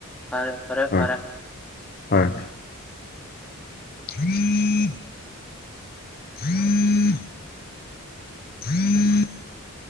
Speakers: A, in the centre; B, on the left.
A: ꯐꯔꯦ ꯐꯔꯦ
B: ꯍꯣꯏ
A: ꯐꯔꯦ
B: ꯍꯣꯏ
A: ꯎꯝ
B: <inaudible> <inaudible> <inaudible>